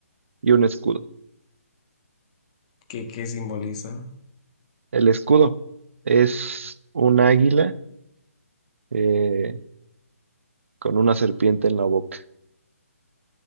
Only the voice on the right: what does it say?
Y un escudo.
El escudo es un águila eh, con una serpiente en la boca.